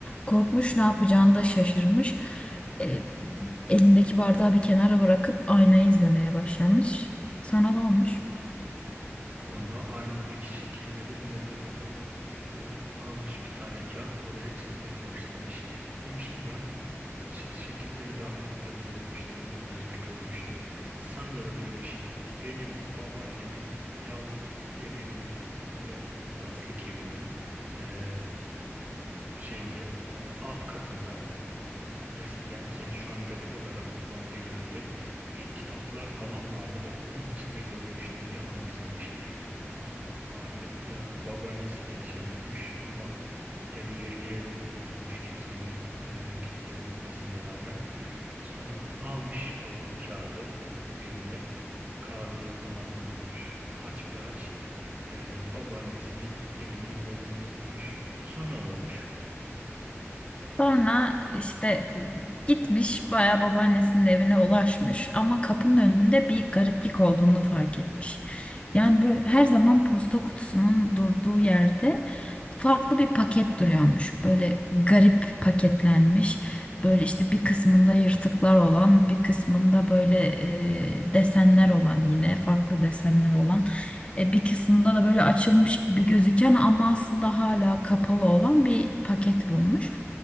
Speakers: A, on the left (about 25°); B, on the right (about 35°).
A: korkmuş, ne yapacağını da şaşırmış. E, elindeki bardağı bir kenara bırakıp aynayı izlemeye başlamış. Sana ne olmuş?
B: Sonra aynadaki şekillerin neler olduğunu e, almış bir tane kağıt oraya çizmeye başlamış. Demiş ki ben bu ç- şekilleri daha evvel görmüştüm ama nerede görmüştüm? Sanırım demiş benim babaannemin yaz evinin yani ya- yazlık evinin e, şeyinde e, alt katında eskiden yani şu an depo olarak kullandığı yerde bir kitaplar falan vardı. Ben onun içinde görmüştüm diye anımsamış. Ama artık e, babaannesi de yaşamıyormuş ama ev yerli yerinde duruyormuş kimsenin e, gitmemesine rağmen. Sonra almış o kağıdı e, eline kahveyi falan unutmuş. Aç bir aç e, babaannesinin evinin yolunu tutmuş. Sonra ne olmuş?
A: Sonra işte e, gitmiş bayağı babaannesinin evine ulaşmış ama kapının önünde bir gariplik olduğunu fark etmiş. Yani böyle her zaman posta kutusunun durduğu yerde farklı bir paket duruyormuş. Böyle garip paketlenmiş. Böyle işte bir kısmında yırtıklar olan, bir kısmında böyle e, desenler olan yine farklı desenler olan e, bir kısmında da böyle açılmış gibi gözüken ama aslında hala kapalı olan bir paket bulmuş.